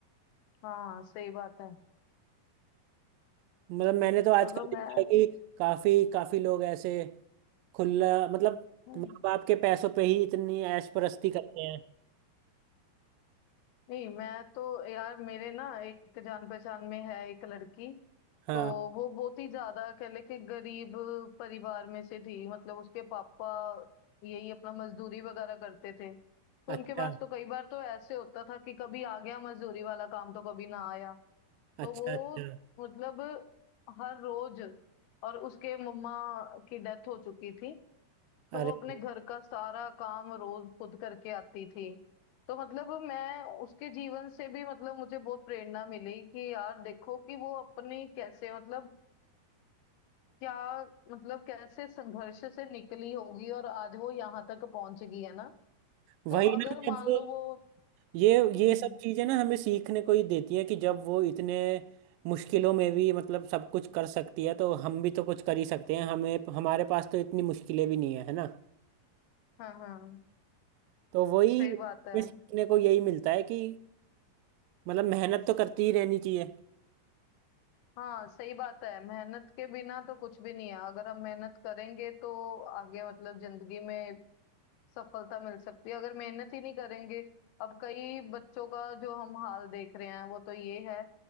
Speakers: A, on the left; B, on the right.
A: हाँ सही बात है
B: मतलब मैंने तो आजकल
A: चलो मैं
B: देखा है कि काफी काफी लोग ऐसे खुला मतलब
A: <clears throat> हम्म,
B: माँ बाप के पैसों पे ही इतनी ऐश परस्ती करते हैं
A: नहीं मैं तो यार मेरे ना एक जान पहचान में है एक लड़की
B: हाँ
A: तो वो बहुत ही ज्यादा कह ले कि गरीब परिवार में से थी मतलब उसके पापा यही अपना मजदूरी वगैरह करते थे तो
B: अच्छा
A: उनके पास तो कई बार तो ऐसे होता था कि कभी आ गया मजदूरी वाला काम तो कभी ना आया तो
B: अच्छा
A: वो
B: अच्छा
A: मतलब हर रोज और उसके मम्मा की डेथ हो चुकी थी
B: अरे
A: तो वो अपने घर का सारा काम रोज खुद करके आती थी तो मतलब मैं उसके जीवन से भी मतलब मुझे बहुत प्रेरणा मिली कि यार देखो कि वो अपनी कैसे मतलब क्या मतलब कैसे संघर्ष से निकली होगी और आज वो यहाँ तक पहुंच गई है ना
B: वही
A: तो अगर
B: ना जब
A: मान
B: वो
A: लो वो
B: ये ये
A: हम्म
B: सब चीज़ें ना हमें सीखने को ही देती है कि जब वो इतने मुश्किलों में भी मतलब सब कुछ कर सकती है तो हम भी तो कुछ कर ही सकते हैं हमें हमारे पास तो इतनी मुश्किलें भी नहीं है है ना
A: हाँ हाँ
B: तो वही
A: सही बात है
B: ये सीखने को यही मिलता है कि मतलब मेहनत तो करती ही रहनी चाहिए
A: हाँ सही बात है मेहनत के बिना तो कुछ भी नहीं है अगर हम मेहनत करेंगे तो आगे मतलब जिंदगी में सफलता मिल सकती है अगर मेहनत ही नहीं करेंगे अब कई बच्चों का जो हम हाल देख रहे हैं वो तो ये है